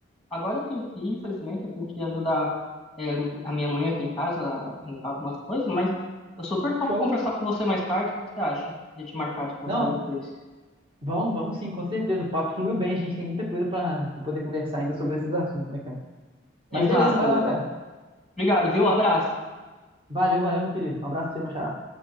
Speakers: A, in the centre; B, on the right.
A: Agora eu tenho que ir, infelizmente, eu tenho que ajudar é, a minha mãe aqui em casa a limpar algumas coisas, mas eu super topo
B: Show.
A: conversar com você mais tarde. O que que você acha de te marcar de conversar
B: Não,
A: depois?
B: Vamos, vamos sim, com certeza. O papo fluiu bem, a gente tem muita coisa para poder conversar ainda sobre esses assuntos, né, cara?
A: Exato.
B: Mas beleza, vai lá,
A: é.
B: cara.
A: Obrigado, viu? Abraço.
B: Valeu, valeu, meu querido. Um abraço pra você, meu xará.